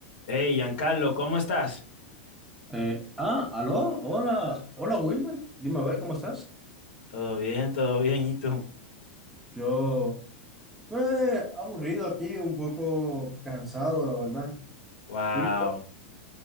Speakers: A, on the left; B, in the centre.
A: Hey, Giancarlo, ¿cómo estás?
B: Eh, ah, aló, hola, hola Wilmer, dime a ver cómo estás.
A: Todo bien, todo bien, ¿y tú?
B: Yo, pues, aburrido aquí, un poco cansado, la verdad.
A: Wow,
B: Dime,